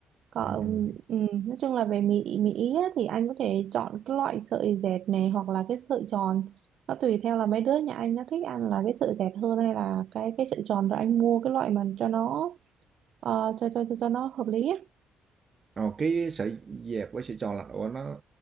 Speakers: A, on the right; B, on the right.
A: còn
B: Ừ ừ.
A: ừ, nói chung là về mì mì ý á, thì anh có thể chọn cái loại sợi dẹt này hoặc là cái sợi tròn nó tùy theo là mấy đứa nhà anh nó thích ăn là cái sợi dẹt hơn hay là cái cái sợi tròn rồi anh mua cái loại mà cho nó ờ, cho, cho cho cho nó hợp lý á
B: Ồ, cái sợi dẹp với sợi tròn là ủa nó